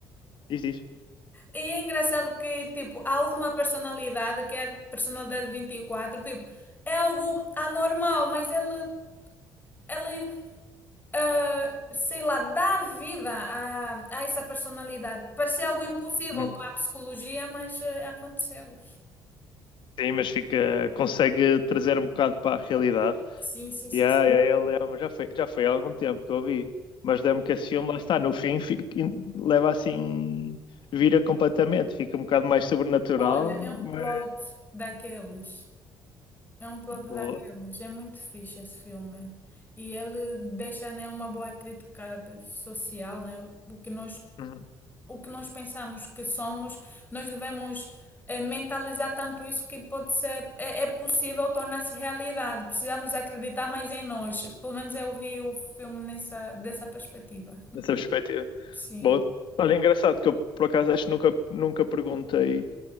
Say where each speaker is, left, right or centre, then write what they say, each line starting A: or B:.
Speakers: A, on the left; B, on the left.
A: diz, diz.
B: E é engraçado que, tipo, a última personalidade, que é a personalidade vinte e quatro tipo, é algo anormal, mas ele, ele ah, sei lá, dá vida a, a essa personalidade. Parecia algo impossível
A: Uhum.
B: para a psicologia, mas eh, aconteceu.
A: Sim, mas fica, consegue trazer um bocado para a realidade.
B: Sim, sim, sim.
A: E aí
B: sim.
A: yeah, yeah, já foi, já foi há algum tempo que eu vi, mas lembro que esse filme lá está, no fim fica, leva assim, vira completamente, fica um bocado mais sobrenatural,
B: Olha, é um
A: mas
B: plot daqueles. É um plot
A: boa,
B: daqueles. É muito fixe esse filme. E ele deixa, né, uma boa crítica social, né? O que nós
A: uhum.
B: o que nós pensamos que somos, nós devemos eh, mentalizar tanto isso que pode ser, é, é possível tornar-se realidade. Precisamos acreditar mais em nós. Pelo menos eu vi o filme nessa, dessa perspectiva.
A: nessa perspectiva.
B: Sim.
A: Boa. Olha, engraçado que eu por acaso acho que nunca, nunca perguntei